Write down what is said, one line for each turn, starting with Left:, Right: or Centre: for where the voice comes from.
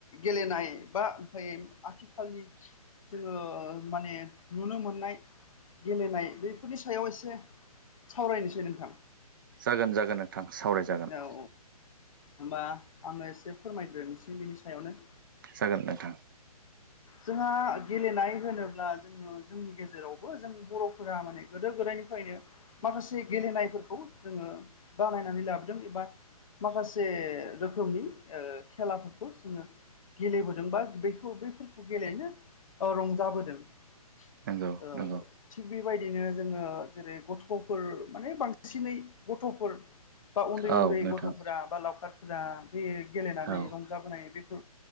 Left: गेलेनाय बा ओमफाय आथिखालनि जोङो माने नुनो मोननाय गेलेनाय बै फोरनि सायाव एसे सावरायनोसै नोंथां।
Right: जागोन जागोन नोंथां सावरायजागोन।
Left: औ होमबा आङो एसे फोरमायग्रोनिसै बेनि सायावनो।
Right: जागोन नोंथां।
Left: जोंहा गेलेनाय होनोब्ला, जोङो जोंनि गेजेरावबो जों बर'फोरा माने गोदो गोदायनिफायनो माखासे गेलेनायफोरखौ जोङो बानायनानै लाब दों एबा माखासे रोखोमनि ओ खेलाफोरखौ जोङो गेलेबोदों बा बेखौ बैफोरखौ गेलेनो ओ रंजाबोदों। ओ
Right: नंगौ नंगौ
Left: थिग बेबाय बिनो जोङो जेरै गथ'फोर माने बांसिनै गथ'फोर बा उन्दै
Right: औ
Left: उन्दै
Right: नोंथां
Left: गथ'फोरा बा लावखारफोरा बै गेलेनानै
Right: औ
Left: रंजाबोनाय बैफो